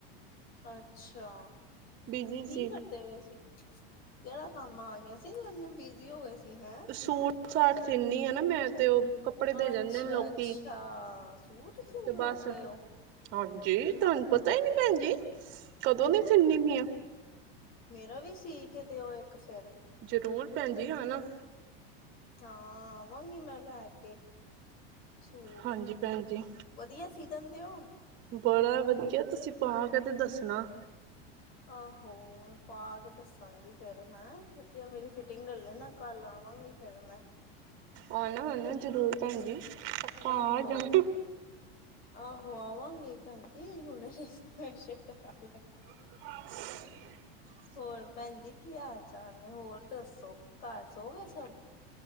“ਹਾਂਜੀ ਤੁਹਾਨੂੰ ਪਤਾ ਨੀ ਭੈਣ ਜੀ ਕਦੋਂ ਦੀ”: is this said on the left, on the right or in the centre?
Right